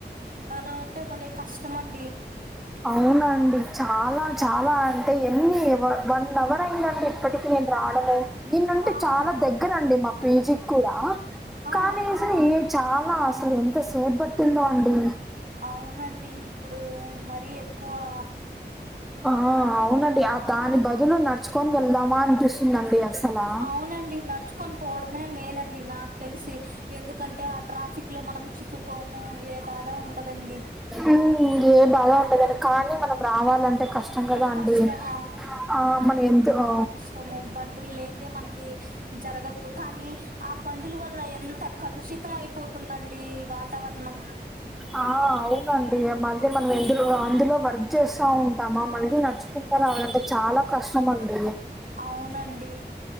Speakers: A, on the right; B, in the centre.
A: అలా ఉంటే భలేె కష్టం అండి
B: అవునండి చాలా చాలా అంటే ఎన్ని వ వన్ అవర్ అయిందండి ఇప్పటి కి నేన్ రాడమే ఈనుంటి
A: ఆహా
B: చాలా దగ్గరండి మా పీజీ క్కూడా
A: ఆ
B: కానీస ఏట్ చాలా అసలు ఎంత సేబ్ బట్టిందో అండి
A: అవునండి ఇప్పుడు మరీ ఎక్కువా
B: ఆ ఔ అవునండి ఆ దాని బదులు నడుచుకొన్ వెళ్దామా అనిపిస్తుందండి అసలా
A: అవునండి నడుచుకొని పోవడమే మేలండి నాక్ తెలిసి ఎందుకంటే ఆ ట్రాఫిక్ లో మనం చిక్కుకోము ఏ బాదా ఉండదండి
B: ఉమ్ ఇంగే బాదా ఉండదని కానీ మనం రావాలంటే కష్టం గదా
A: ఏ కష్టం
B: అండి ఆ మన్ ఎంత్ అ
A: టము బండుల్ లేందే మనకి జరగదు కానీ ఆ బండుల వల్ల ఎంత కలుషితం అయిపోతుందండి డి వాతావరణం
B: ఆ అవునండి ఈ మధ్య మనం ఎందులో అందులో వర్క్ చేస్తా ఉంటామా మళ్ళీ నచ్చు తీసుకురావాలంటే చాలా కష్టం అండి
A: అవునండి